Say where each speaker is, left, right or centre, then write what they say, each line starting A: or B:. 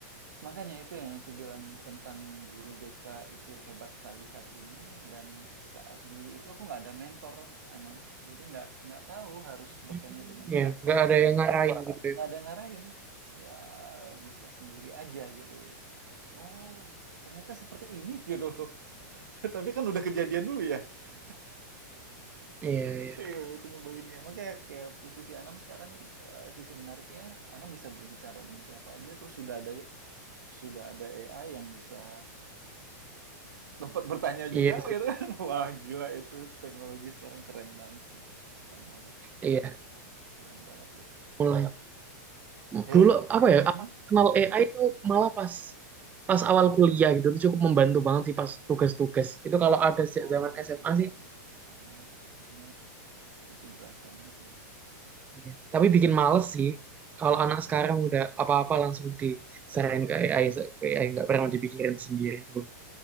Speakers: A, on the right; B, on the right.
A: Makanya itu yang aku bilang tentang guru BK itu hebat sekali saat ini dan saat dulu itu aku nggak ada mentor Anam, jadi nggak nggak tahu harus bertanya
B: Hmm,
A: dengan siapa,
B: Iya, nggak ada yang ngarahin gitu
A: nggak
B: ya.
A: ada yang ngarahin, ya bisa sendiri aja gitu loh. Oh ternyata seperti ini gitu loh. <laughs> Tapi kan udah kejadian dulu ya. <laughs>
B: Iya, iya.
A: Iya, itu nyebelinnya. Makanya kayak posisi Anam sekarang eh, sisi menariknya Anam bisa berbicara dengan siapa aja, terus sudah ada sudah ada AI yang bisa tempat bertanya juga
B: Iya sih.
A: gitu <laughs> Wah, gila itu teknologi sekarang keren banget sih. Keren banget,
B: Iya,
A: keren banget itu.
B: mulai.
A: Hei,
B: Dulu apa ya
A: hmm?
B: aku kenal
A: Hmm?
B: AI itu malah pas pas awal kuliah gitu itu cukup membantu banget sih pas tugas-tugas itu kalau ada sejak
A: Oh
B: zaman SMA
A: iya,
B: sih
A: benar, benar. Itu berasa banget ya.
B: iya. tapi bikin males sih kalau anak sekarang udah apa-apa langsung diserahin ke AI se- ke AI nggak pernah dipikirin sendiri dulu